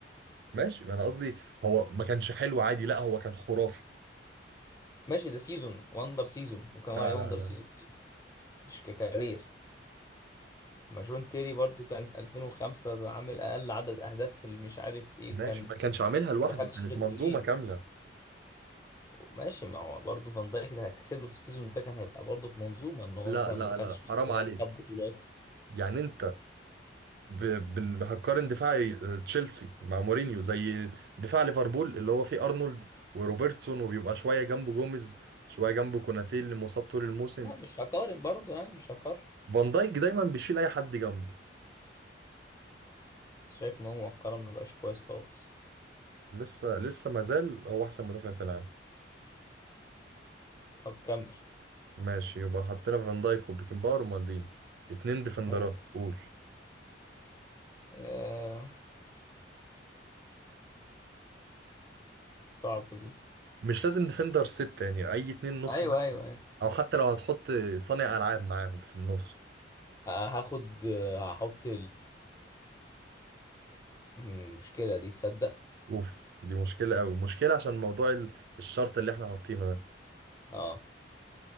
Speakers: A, on the right (about 60°); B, on the left (about 20°).
A: ماشي انا قصدي هو ما كانش حلو عادي لا هو كان خرافي
B: ماشي ده سيزون وندر سيزون ممكن اقول
A: لا
B: عليه
A: لا
B: وندر
A: لا
B: سيزون مش ككارير ما جون تيري برضو كان 2005 ده عامل اقل عدد اهداف في مش عارف ايه
A: ماشي
B: وكان
A: ما
B: ما
A: كانش عاملها لوحده
B: دخلش
A: كانت
B: غير
A: منظومة
B: جولين
A: كاملة
B: ماشي ما هو برضه فان دايك اللي هيتحسب له في السيزون ده كان هيبقى برضه في منظومه ان هو
A: لا
B: مثلا
A: لا
B: ما دخلش
A: لا
B: في
A: حرام
B: جولان
A: عليك
B: خد بطولات
A: يعني انت ب... ب... هتقارن دفاع آه، تشيلسي مع مورينيو زي دفاع ليفربول اللي هو فيه ارنولد وروبرتسون وبيبقى شوية جنبه جوميز شوية جنبه كوناتيل اللي مصاب طول الموسم
B: لا مش هقارن برضه يعني مش هقارن
A: فان دايك دايما بيشيل اي حد جنبه
B: شايف ان هو مؤخرا ما بقاش كويس خالص
A: لسه لسه ما زال هو احسن مدافع في العالم
B: طب كمل
A: ماشي يبقى حطينا فان دايك وبيكن باور ومالدين اتنين ديفندرات
B: حلو
A: قول
B: آه... صعبة دي
A: مش لازم ديفندر ست يعني اي اتنين نص
B: ايوه ايوه ايوه
A: او حتى لو هتحط صانع العاب معاهم في النص
B: آه هاخد آه، هحط المشكلة دي تصدق
A: اوف دي مشكله قوي مشكله عشان موضوع ال- الشرط اللي احنا حاطينه ده
B: اه